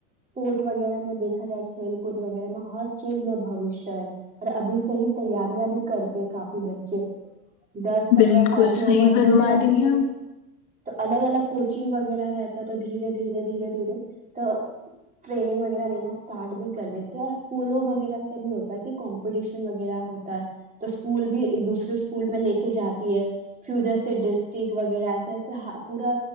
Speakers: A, on the right; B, on the left.
A: اسپورٹ وغیرہ میں دیکھا جائے کھیل کود وغیرہ میں ہر چیز میں بھوشیہ ہے اور ابھی سے ہی تیاریاں بھی کرتے کافی بچے دس پندرہ
B: بالکل
A: سال کی
B: صحیح
A: عمر
B: فرما
A: ہو جاتی
B: رہی ہیں
A: ہے
B: آپ
A: تو الگ الگ کوچنگ وغیرہ رہتا تو دھیرے دھیرے دھیرے دھیرے تو ٹریننگ وغیرہ لینا اسارٹ بھی کر دیتے اور اسکولوں وغیرہ سے بھی ہوتا ہے کہ کو شن وغیرہ ہوتا ہے تو اسکول بھی ایک دوسرے اسکول میں لے کے جاتی ہے پھر جیسے ڈسٹک وغیرہ ایسے ایسے پورا